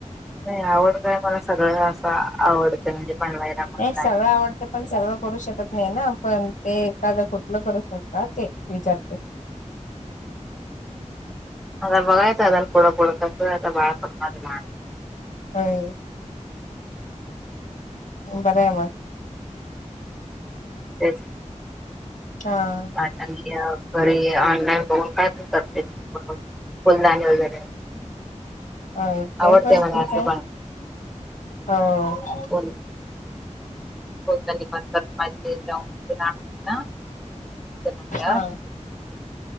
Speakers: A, in the centre; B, on the left.
A: नाही, आवड काय, मला सगळं असं आवडतंय म्हणजे बनवायला, मग
B: नाही
A: काय
B: सगळं आवडतं पण सगळं करू शकत नाही ना आपण? ते एखादं कुठलं करू शकता, ते विचारते.
A: आता बघायच, आता पुढं पुढं कसंय, आता बाळाचा वागण
B: होय हो, बरं आहे, बघ.
A: तेच
B: हा
A: आता घरी ऑनलाईन बघून काय पण करते, फुलदाणी वगैरे
B: अं, ते
A: आवडते
B: पण
A: मला
B: ठीक
A: असं
B: आहे हो
A: बोला हो <unintelligible> ना जन्मल्या
B: हो